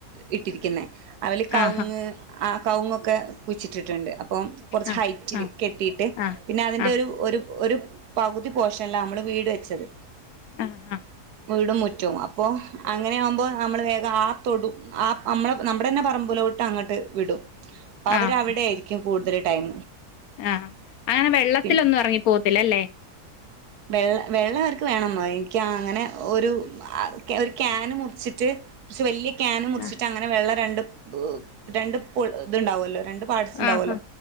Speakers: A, on the right (about 75°); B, on the left (about 70°).
A: ഇട്ടിരിക്കുന്നെ അവൽ കവുങ്
B: ആഹ്
A: ആ കവുങ്ങൊക്കെ കുഴിച്ചിട്ടിട്ടുണ്ട് അപ്പം കൊറച്ച്
B: ആഹ്
A: ഹൈറ്റിൽ
B: ആഹ്
A: കെട്ടിയിട്ട്
B: ആഹ്
A: പിന്നെ അതിന്റെ
B: ആഹ്
A: ഒരു ഒരു ഒരു പകുതി പോഷനില നമ്മള് വീട് വെച്ചത്
B: ആഹ് ആഹ്
A: വീടും മുറ്റവും അപ്പോ അങ്ങനെ ആവുമ്പോ നമ്മള് വേഗം ആ തൊടും ആ നമ്മള നമ്മുടെ തന്നെ പറമ്പിലോട്ട് അങ്ങട്ട് വിടും അപ്പ അവരവിടെ
B: ആഹ് ആഹ്
A: ആയിരിക്കും കൂടുതൽ ടൈം
B: ആഹ് അങ്ങനെ വെള്ളത്തിലൊന്നും
A: പിന്നെ
B: ഇറങ്ങി പോത്തില്ല അല്ലേ
A: വെള്ള വെള്ളം ആർക്ക് വേണമായി എനിക്ക് അങ്ങനെ ഒരു ആഹ് ഒരു കാന് മുറിച്ചിട്ട് കൊറച് വലിയ കാന് മുറിച്ചിട്ട്
B: ആഹ്
A: അങ്ങനെ വെള്ളം രണ്ട് രണ്ട് ഇത്ണ്ടാവല്ലോ രണ്ട് പാട്സ് ഇണ്ടാവല്ലോ
B: ആഹ്